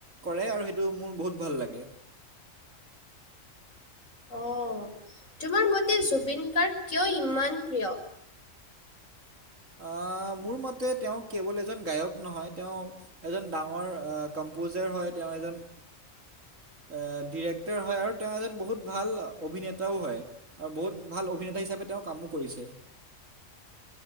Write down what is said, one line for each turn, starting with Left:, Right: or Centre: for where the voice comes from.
Right: কৰে আৰু সেইটো মোৰ বহুত ভাল লাগে।
Left: অঁ, তোমাৰ মতে জুবিন গাৰ্গ কিয় ইমান প্ৰিয়?
Right: আ, মোৰ মতে তেওঁ কেৱল এজন গায়ক নহয়, তেওঁ এজন ডাঙৰ আহ কম্পজাৰ হয় তেওঁ এজন আ ডিৰেক্টৰ হয় আৰু তেওঁ এজন বহুত ভাল অভিনেতাও হয়। আৰু বহুত ভাল অভিনেতা হিচাপে তেওঁ কামো কৰিছে।